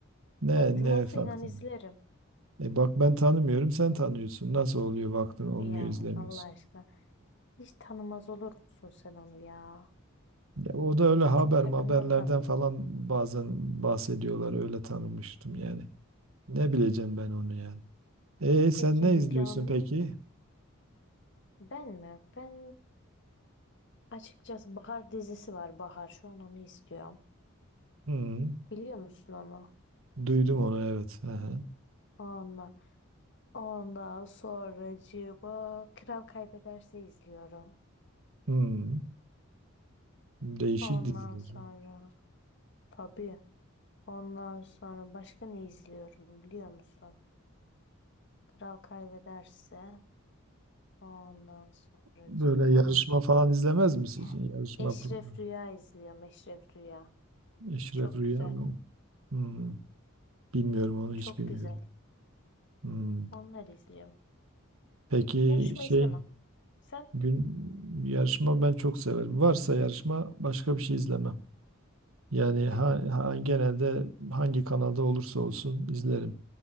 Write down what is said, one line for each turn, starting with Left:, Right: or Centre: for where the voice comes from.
Right: Ne
Left: Vaktim
Right: ne
Left: olsa
Right: farklı?
Left: inan izlerim.
Right: E bak ben tanımıyorum sen tanıyorsun. Nasıl oluyor vaktin olmuyor
Left: Ya
Right: izlemiyorsun.
Left: Allah aşkına. Hiç tanımaz olur musun sen onu ya?
Right: Ya o da öyle haber
Left: Çok yakından
Right: haberlerden
Left: tanıyorsun.
Right: falan bazen bahsediyorlar öyle tanımıştım yani. Ne bileceğim ben onu yani. E sen
Left: Peki
Right: ne
Left: Müge
Right: izliyorsun
Left: Anlı?
Right: peki?
Left: Ben mi? Ben açıkçası Bahar dizisi var Bahar. Şu an onu izliyorum.
Right: Hmm,
Left: Biliyor musun onu?
Right: duydum onu evet. Aha.
Left: Ondan, ondan sonracığıma Kral Kaybederse izliyorum.
Right: Hmm, değişik
Left: Ondan
Right: diziler.
Left: sonra tabii. Ondan sonra başka ne izliyorum biliyor musun? Kral Kaybederse ondan sonracığıma
Right: Böyle yarışma falan izlemez misin?
Left: Heh.
Right: Yarışma
Left: Eşref
Right: programı.
Left: Rüya izliyorum. Eşref Rüya.
Right: Eşref
Left: Çok
Right: Rüya
Left: güzel.
Right: mı? o? Hmm, bilmiyorum onu hiç
Left: Çok
Right: bilmiyorum.
Left: güzel.
Right: Hmm,
Left: Onları izliyorum.
Right: peki
Left: Yarışma
Right: şey
Left: izlemem. Sen?
Right: gün yarışma ben çok severim. Varsa yarışma başka bir şey izlemem. Yani
Left: Hı.
Right: ha, ha- genelde hangi kanalda olursa olsun izlerim.